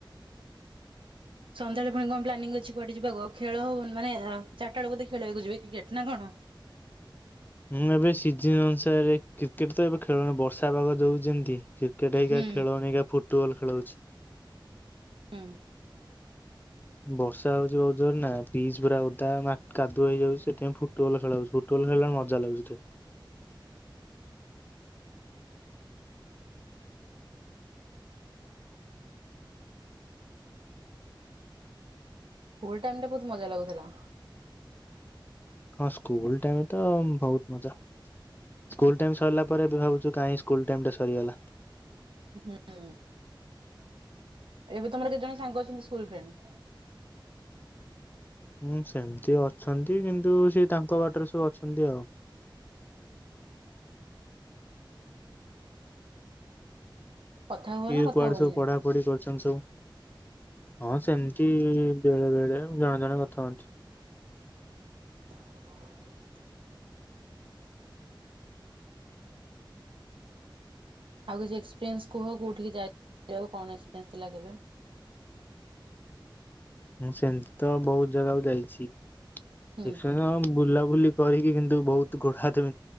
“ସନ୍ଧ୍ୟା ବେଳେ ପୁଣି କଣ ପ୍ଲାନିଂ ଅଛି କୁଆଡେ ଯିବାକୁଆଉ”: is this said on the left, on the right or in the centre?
Right